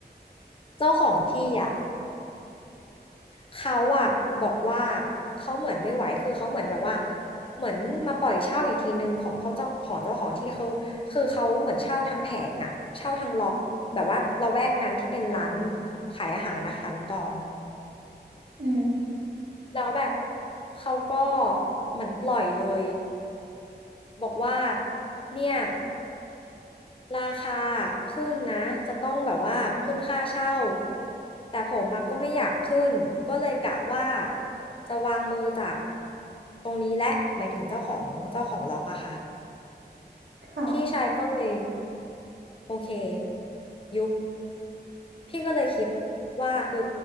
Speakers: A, on the left; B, on the right.
A: เจ้าของที่อ่ะ เขาอะบอกว่าเขาเหมือนไม่ไหวคือเขาเหมือนแบบว่าเหมือนมาปล่อยเช่าอีกทีนึงของเขาเจ้าของเจ้าของที่คือคือเขาเหมือนเช่าทั้งแผงอะเช่าทั้งล็อกแบบว่าละแวกนั้นที่เป็นร้านขายอาหารนะคะน้องตอง
B: อื
A: แล้วแบบ
B: ม
A: เขาก็เหมือนปล่อยเลยบอกว่าเนี่ย ราคาขึ้นนะจะต้องแบบว่าขึ้นค่าเช่าแต่ผมมาก็ไม่อยากขึ้นก็เลยกะว่าจะวางมือจากตรงนี้และหมายถึงเจ้าของเจ้าของล็อกอะค่ะ
B: ค่ะ
A: พี่ชายก็เลยโอเคยุบพี่ก็เลยคิดว่าเออ